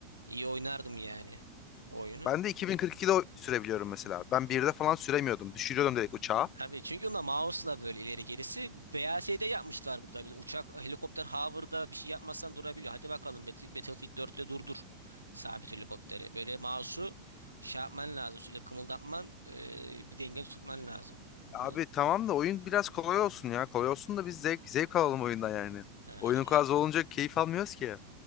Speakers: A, on the right; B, on the left.
A: iyi oynardım yani o oyunu.
B: Ben de 2042'de o- sürebiliyorum mesela. Ben birde falan süremiyordum. Düşürüyordum direkt uçağa.
A: Tabii çünkü onda mouse'la böyle ileri gerisi BASD yapmışlar burada. Bir de uçak, helikopter hover'da bir şey yapmazsan durabiliyor. Hadi bakalım Bat- Battlefield 4'te durdur sabit helikopteri. Böyle mouse'u şey yapman lazım. Sürekli kımıldatman e, bir denge tutman lazım. Bu
B: E Abi tamam da oyun biraz kolay olsun ya. Kolay olsun da biz zevk, zevk alalım oyundan yani.
A: e,
B: Oyunun
A: her-
B: kolay zor olunca keyif almıyoruz ki.